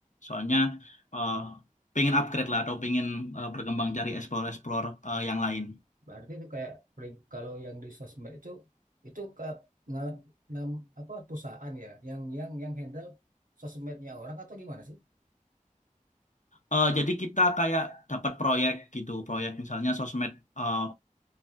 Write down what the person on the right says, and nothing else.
hmm.
Berarti itu kayak peri- kalau yang di sosmed itu itu ke ngal- nam, apa perusahaan ya yang yang yang handle sosmednya orang atau gimana sih?